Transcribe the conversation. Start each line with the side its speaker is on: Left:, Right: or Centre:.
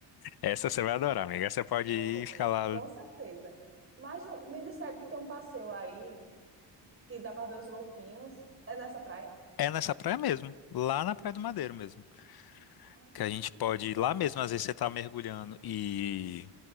Left: Essa você vai adorar, amiga. Essa Você pode
Right: Bom,
Left: ir e ficar lá.
Right: Com certeza. Mas o- me disseram que tem um passeio aí que dá para ver os golfinhos. É nessa praia?
Left: É nessa praia mesmo, lá na Praia do Madeiro mesmo.
Right: Ah,
Left: Que a gente pode
Right: interessante.
Left: ir lá mesmo, às vezes você tá mergulhando e,